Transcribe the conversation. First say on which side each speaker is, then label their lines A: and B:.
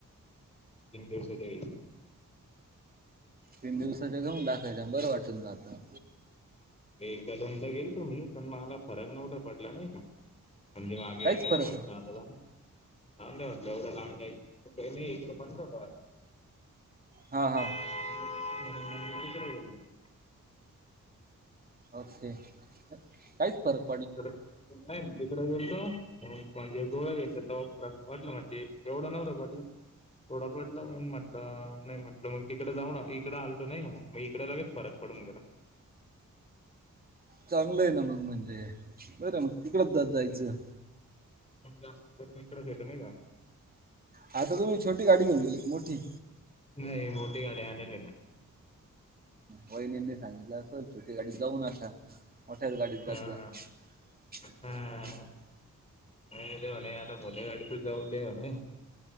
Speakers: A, on the left; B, on the right.
A: तीन दिवस ते
B: तीन दिवसाचे घेऊन, टाकायच्या बरं वाटेल ना आता
A: एकदा दोनदा गेल तो मी पण मला फरक नव्हता, पटला नाही का म्हणजे मागे,
B: काहीच
A: आहे ना
B: फरक
A: आता
B: नाही
A: लावून द म्हटलं एवढं लाहून, जायचं मी एककल पण होतो.
B: हा हा
A: मच
B: ओके काहीच परत
A: तिकड तिकडे गेल तो म्हणजे, गोवा गेतला त वाटलं म्हणजे एवढं नव्हलं पटलं एवढा पटला म म नाही म्हटलं मग तकडे जाऊ ना इकडे आलतो, नाही मग-मग इकडे लगेच फरक पडूनगला
B: चांगलं आहे ना मग म्हणजे, बर मग तिकडच द जायचं
A: जास्त करून इकडच येत नाही का
B: हा तर तुम्ही छोी गाडी, घऊन गेली मोठी
A: नाही नोटी गाडी आणल नाही
B: वहिणींनी सांगितलं अस छोटी गाडीत, जाऊ न आ मोठ्याच गाडीत जाात
A: हा
B: जा ह्
A: हा नाही ते म्हणे आता मोठ्या, गाडीतच जाऊ ते म्हणे